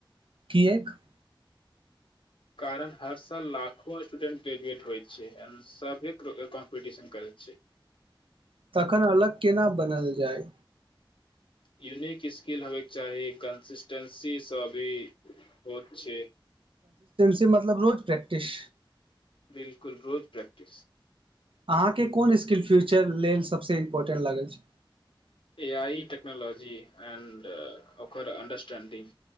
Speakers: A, on the right (about 80°); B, on the left (about 75°).
A: किएक
B: कारण हर साल लाखों स्टूडेंट ग्रेजुएट होइत छै आ सभ कॉम्पीटिशन करैत छै
A: तखन अलग केना बनल जाय
B: यूनिक स्किल होबयके चाही कंसिस्टेंसीसँ भी होत छै
A: से मतलब रोज प्रैकटिस
B: बिलकुल रोज प्रैकटिस
A: अहाँके कोन स्किल फ्यूचर लेल सभसँ इम्पोर्टेंट लागल छै
B: ए आइ टकनोलॉजी एंड ओकरकर अंडरस्टेंडिंग